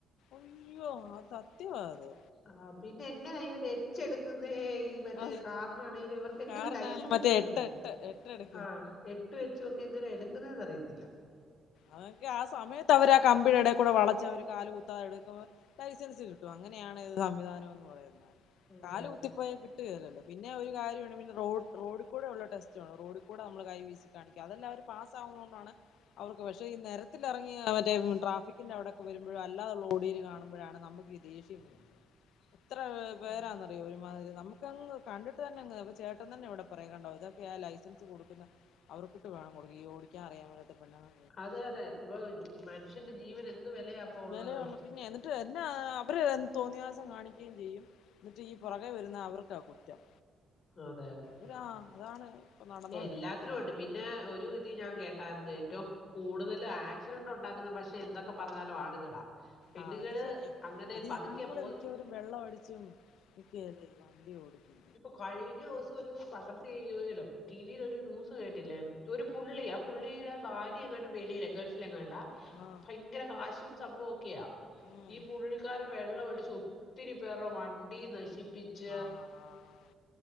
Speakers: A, on the left; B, on the left.
A: അയ്യോ ആ സത്യവാത്
B: ആ പിന്നെ എങ്ങനാ ഇവര് എച്ചെടുക്കുന്നേ മറ്റേ
A: ആ
B: കാറിനാണേലും ഇവർക്ക് എങ്ങനെ
A: കാറിനാണല്ലോ
B: ലൈസൻസ് കിട്ടുന്നതറിയില്ല.
A: മറ്റേ എട്ട് എട്ട് എടു
B: ആഹ് എട്ടു എച്ചൊക്കെ എങ്ങനെ എടുക്കുന്നത് അറിയത്തില്ല
A: അതൊക്കെ ആ സമയത്ത് അവര് ആ കമ്പിടെ എടെ കൂടെ വളച്ച് അവര് കാല് കുത്താതെ എടുക്കും തൈച്ച് തൈച്ച്കിട്ടും അങ്ങനെയാണ് സംവിധാനം എന്ന് പറയുന്നത്
B: അതെ
A: കാല് കുത്തിപ്പോയ കിട്ടൂലല്ലോ പിന്നെ ഒരു കാര്യോണ്ട് പിന്നെ റോഡ് റോഡുകൂടെള്ള ടെസ്റ്റ് ഉണ്ട് റോഡുകൂടെ നമ്മള് കൈ വീശി കാണിക്ക അതെല്ലാം അവര് പാസ്സാവുന്നതോണ്ടാണ് അവർക്ക് പക്ഷേ ഈ നിരത്തിലിറങ്ങി അവരുടെ ട്രാഫിക്കിന്റെ അവിടൊക്കെ വരുമ്പോഴ് അല്ലാതുള്ള ഓടിയിൽ കാണുമ്പോഴാണ് നമുക്ക് ദേഷ്യം
B: ഉ <inaudible>
A: എത്രെ പേരാെന്നറിയോ ഒരുമാതിരി നമ്മു ക്കങ്ങ് കണ്ടിട്ട് തന്നെ അങ് അപ്പൊ ചേട്ടൻ തന്നെ ഇവടെ പറയും കണ്ടോ ഇതൊക്കെയാ ലൈസൻസ് കൊടുക്കുന്ന അവർക്കിട്ട് വേണം കൊടുക്ക ഈ ഓടിക്കാറിയാമേലാത്ത പെണ്ണ്ങ്ങ
B: അതെ അതെ ഇപ്പൊ മനുഷ്യന്റെ ജീവന് എന്ത് വെലയാപ്പൊ ഉള്ളത്
A: വിലയുള്ള പിന്നെ എന്നിട്ട് എന്നാ അവര് തോന്നിവാസം കാണിക്കുകയും ചെയ്യും എന്നിട്ട് ഈ പുറകെ വരുന്ന അവർക്കാ കുറ്റം
B: അതെ അതെ
A: ഒരാ അതാണ് ഇപ്പൊ നടന്നൊണ്ടിരിക്കുന്നത്
B: എല്ലാത്തിലും ഉണ്ട് പിന്നെ ഒരു ഇത് ഞാൻ കേട്ടാര്ന്ന് ഏറ്റവും കൂടുതല് ആക്സിഡന്റ് ഉണ്ടാക്കുന്ന പക്ഷെ എന്തൊക്കെ പറഞ്ഞാലും ആണുങ്ങളാ പെണ്ണുങ്ങള്
A: ആഹ് അത് ശരിയ
B: അങ്ങനെ
A: അത്
B: പതുക്കെ
A: ഈ ആണുങ്ങള്
B: പോന്ന്
A: മിക്കവരും വെള്ളം അടിച്ചും <unintelligible> വണ്ടി ഓടിക്കും
B: ഇപ്പ കഴിഞ്ഞോസം ഒരു പത്ര ടീവീലും ടിവിൽ ഒരു ന്യൂസ് കേട്ടില്ലേ ഒരു പുള്ളി ആ പുള്ളിടെ ഭാര്യ എങ്ങാണ്ട് വെളിയില ഗൾഫ് ട്ടിലംകണ്ടാ
A: ആ
B: ഭയങ്കര കാശും സംഭവൊക്കെയാ
A: ഉം
B: ഈ പുള്ളിക്കാരൻ വെള്ളമടിച്ച് ഒത്തിരി പേർടെ വണ്ടി നശിപ്പിച്ചു
A: ആഹ് ആഹ്